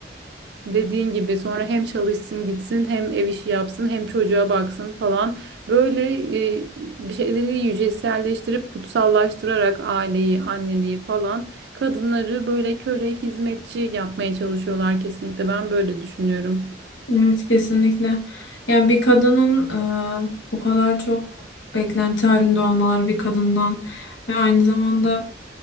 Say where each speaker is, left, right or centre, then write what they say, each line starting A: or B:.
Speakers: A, on the right; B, on the left.
A: dediğin gibi sonra hem çalışsın gitsin hem ev işi yapsın hem çocuğa baksın falan. Böyle e, bir şeyleri yüceselleştirip kutsallaştırarak aileyi, anneliği falan kadınları böyle köle, hizmetçi yapmaya çalışıyorlar kesinlikle. Ben böyle düşünüyorum.
B: evet kesinlikle. Yani bir kadının e, bu kadar çok beklenti halinde olmaları bir kadından ve aynı zamanda